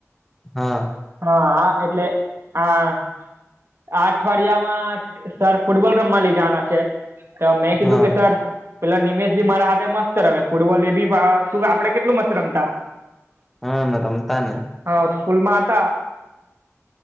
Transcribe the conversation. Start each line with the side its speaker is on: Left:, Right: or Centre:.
Centre: હા.
Right: હા હા એટલે આ આ અઠવાડિયામાં સર ફૂટબોલ રમવા લઈ જવાના છે તો મેં કીધું
Centre: હા
Right: કે સર પેલા નિમેષ ભી મારા હાથે મસ્ત રમે ફૂટબોલ એ બી શું આપડે કેટલું મસ્ત રમતા
Centre: હા રમતાને
Right: હા સ્કૂલમાં હતા